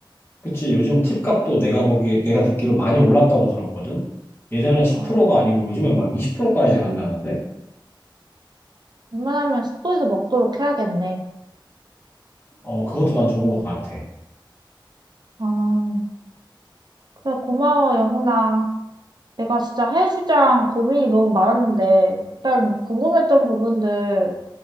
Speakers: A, on the left; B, on the right.
A: 그치? 요즘 팁 값도 내가 보기 내가 듣기로 많이 올랐다고 들었거든? 예전에 10%가
B: 아,
A: 아니고 요즘엔 막 20%까지 간다는데?
B: 웬만하면 숙소에서 먹도록 해야겠네.
A: 어, 그것도 난 좋은 것 같아.
B: 아, 그래, 고마워, 영훈아. 내가 진짜 해외출장 고민이 너무 많았는데, 일단 궁금했던 부분들